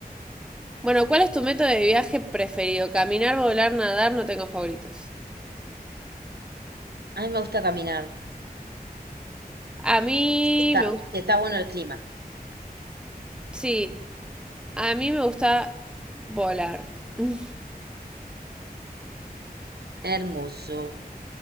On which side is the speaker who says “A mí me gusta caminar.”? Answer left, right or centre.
Right